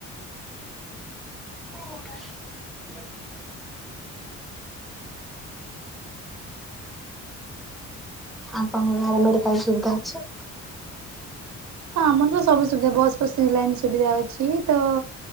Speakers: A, in the centre; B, on the right (about 65°).
A: <unintelligible> ଆପଣଙ୍କର ମେଡିକାଲ ସୁବିଧା ଅଛି?
B: ଆମର ତ ସବୁ ସୁବିଧା, ବସ୍ ଫସ ସେ ଲାଇନ ସୁବିଧା ଅଛି ତ